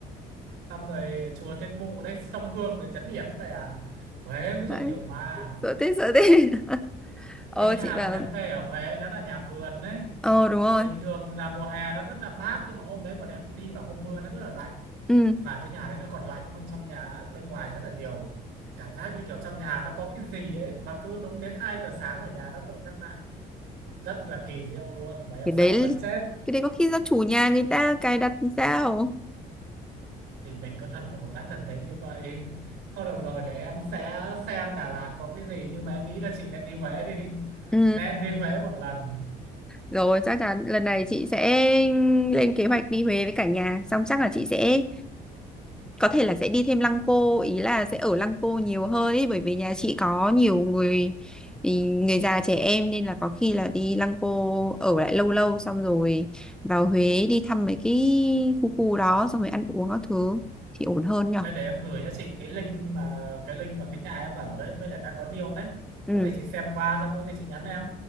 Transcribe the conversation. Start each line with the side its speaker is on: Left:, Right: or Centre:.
Right: xong rồi chùa Thiên Mụ đây sông Hương rồi trấn Yểm vậy à Huế mới là
Centre: Đấy,
Right: nhiều ma
Centre: sợ thế sợ thế <laughs> ờ
Right: cái nhà
Centre: chị bảo
Right: bọn em thuê ở Huế nó là nhà vườn đấy
Centre: ờ đúng rồi
Right: bình thường là mùa hè nó rất là mát nhưng mà hôm đấy bọn em đi vào hôm mưa nó rất là lạnh
Centre: ừ
Right: mà cái nhà đấy nó còn lạnh hơn trong nhà bên ngoài rất là nhiều cảm giác như kiểu trong nhà nó có cái gì ấy mà cứ đúng đến 2 giờ sáng là nhà nó tự tắt mạng rất là kỳ diệu luôn và em
Centre: cái
Right: sợ
Centre: đấy
Right: gần chết
Centre: cái đấy có khi do chủ nhà người ta cài đặt thì sao
Right: thì mình cứ thần hồn nát thần tính như vậy thôi được rồi để em sẽ xem Đà Lạt có cái gì nhưng mà em nghĩ là chị nên đi Huế đi
Centre: ừ
Right: nên đi Huế một lần
Centre: rồi chắc chắn lần này chị sẽ lên kế hoạch đi Huế với cả nhà xong chắc là chị sẽ có thể là sẽ đi thêm Lăng Cô ý là sẽ ở Lăng Cô nhiều hơn ý, bởi vì nhà chị có nhiều người ý, người già trẻ em nên là có khi là đi Lăng Cô ở lại lâu lâu xong rồi vào Huế đi thăm mấy cái khu khu đó xong rồi ăn uống các thứ thì ổn hơn nhở
Right: đây để em gửi cho chị cái link mà cái link mà cái nhà em ở đấy với lại đang có deal đấy
Centre: ừ
Right: có gì chị xem qua xong có gì chị nhắn em